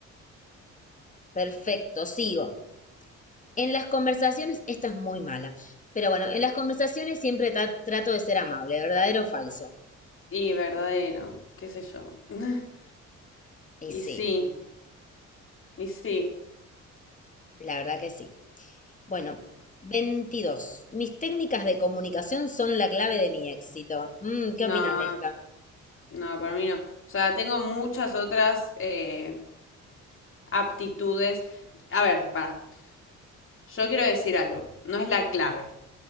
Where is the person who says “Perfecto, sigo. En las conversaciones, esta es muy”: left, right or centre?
Left